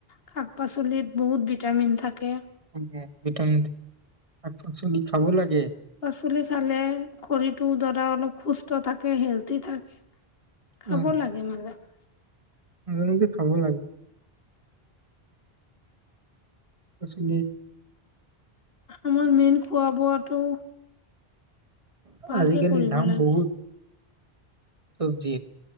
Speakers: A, on the left; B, on the right.
A: শাক পাচলিত বহুত ভিটামিন থাকে
B: উ ভিটামিন থচ--শাক পাচলি খাব লাগে।
A: চলি খালে শৰীৰটো ধৰা অলপ সুস্থ থাকে হেলদি থাকে। খাব
B: উম,
A: লাগে মানে <inaudible>
B: মাজে মাজে খাব লাগে পচি
A: আমাৰ মেইন খোৱা বোৱাটো ভালকে
B: আজিকালি
A: কৰিব
B: ধাম
A: লাগে
B: বহুত চবজিৰ